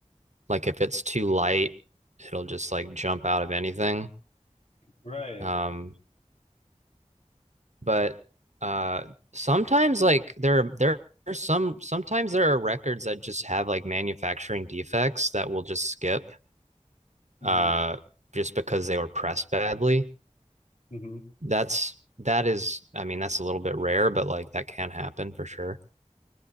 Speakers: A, on the right; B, on the left.
A: Like if it's too light, it'll just like jump out of anything.
B: Right.
A: Um but uh sometimes like there there are some sometimes there are records that just have like manufacturing defects that will just skip
B: hmm
A: uh just because they were pressed badly.
B: hmm
A: That's that is I mean that's a little bit rare, but like that can happen for sure.